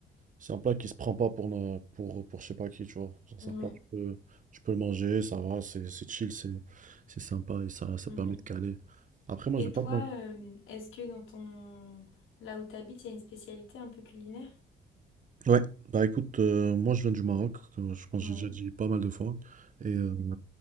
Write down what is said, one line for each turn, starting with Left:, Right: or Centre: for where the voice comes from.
Right: c'est un plat qui se prend pas pour, na- pour, pour je sais pas qui, tu vois. Genre, C'est
Left: Ouais,
Right: un plat que tu peux, tu peux le manger, ça va, c'est c'est chill, c'est c'est sympa et ça, ça
Left: ouais.
Right: permet de caler. Après, moi,
Left: Et
Right: je vais
Left: toi,
Right: pas,
Left: euh, est-ce que dans ton... là où tu habites, il y a une spécialité un peu culinaire?
Right: Ouais, bah écoute, heu, moi je viens du Maroc, comme je pense
Left: Ouais.
Right: que j'ai déjà dit pas mal de fois et heu